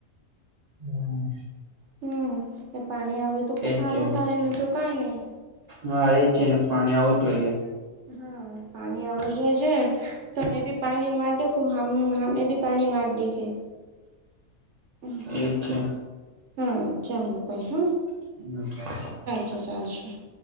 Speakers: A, on the right (about 40°); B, on the right (about 60°).
A: <unintelligible>
B: હમ્મ એ પાણી આવે તો ખુબ
A: એજ
B: સારું
A: છે
B: થાય ને તો કાઈ નહી.
A: હા એજ છે ને, પાણી આવુંજ જોઈએ.
B: હા પાણી આવશે છે, તમે બી પાણી ને વાટ દેખો હામે ભી પાણી વાટ દેખે હમ્મ હમ્મ
A: એજ છે
B: હમ્મ ચાલો ભાઈયુ
A: <unintelligible>
B: છ ચાલસે